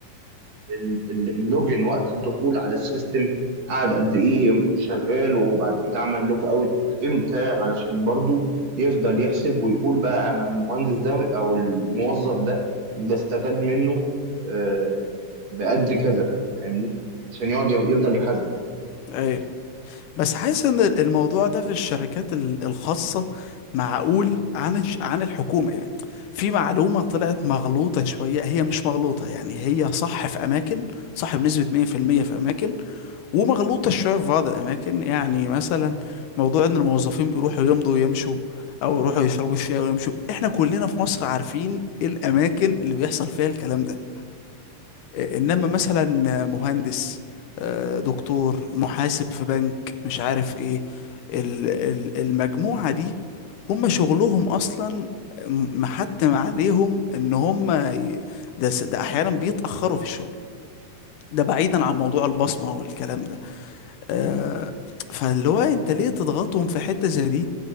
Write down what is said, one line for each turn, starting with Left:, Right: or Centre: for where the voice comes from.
Right: ال- ال- اللوجن وقت الدخول على السيستم قعد قد ايه شغال وبعد كده عمل لوج اوت امتى علشان برضو يفضل يحسب ويقول بقى انا المهندس ده او الموظف ده بستفاد منه آه، بقد كذا فاهمني عشان يقعد يفضل يحاسب
Left: ايوه بس حاسس ان الموضوع ده في الشركات ال- الخاصة معقول عن الج- عن الحكومة يعني في معلومة طلعت مغلوطة شوية هي مش مغلوطة يعني هي صح في اماكن صح بنسبة 100% في المية في اماكن ومغلوطة شوية في بعض الأماكن يعني مثلا موضوع إن الموظفين بيروحوا يمضوا ويمشوا أو يروحوا يشربوا الشاي ويمشوا إحنا كلنا في مصر عارفين الأماكن اللي بيحصل فيها الكلام ده إيه، إنما مثلا مهندس آه، دكتور محاسب في بنك مش عارف إيه ال- ال- المجموعة دي هم شغلهم أصلا محتم عليهم إن هم ي- ده س- ده أحيانا بيتأخروا في الشغل ده بعيدا عن موضوع البصمة والكلام ده آه، فاللي هو انت ليه تضغطهم في حتة زي دي